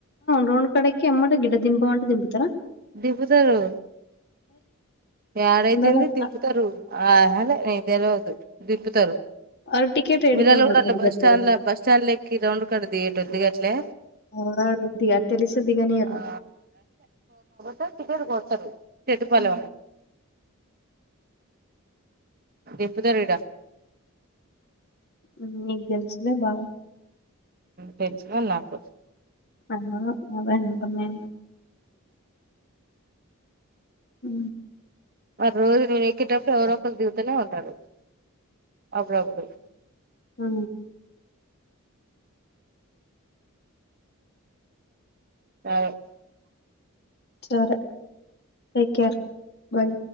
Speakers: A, on the left (about 50°); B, on the right (about 45°).
A: రౌండ్ కడకి అమ్మట గిడ దిం తోండ్ తింపుతారా
B: దింపుతారు ఏడైతుంది
A: ఉండదు అట్లా
B: దింపుతారు ఆహలే నీ తెేలివద్దు దింపుతారు
A: వాడు టికెట్ ఏడికని
B: మీిరళ కూడా
A: కొడతాడు
B: బస్
A: చెప్పవే
B: స్టాండ్ బస్ స్టాండ్ లెక్కి రౌండ్ కడదిటద్దిగా అట్లే
A: ఎవరాడు దిగ తెలిసి దిగనియరు
B: ఆ టికెట్టు కొడతారు చెట్టుపల్లి
A: అ
B: దింబ ద రీడా
A: ఆ మీకు తెలిసేలే బాగా
B: తెలిస మ నాకు
A: అ అదేంటమే ఉ
B: మరి రోజు నువను ఎక్క్కేటప్పుడు ఎవరో ఒక దిగుతూనే ఉంటారు అప్పుడప్పుడు
A: అ
B: స
A: సరే టేకేర్ బై్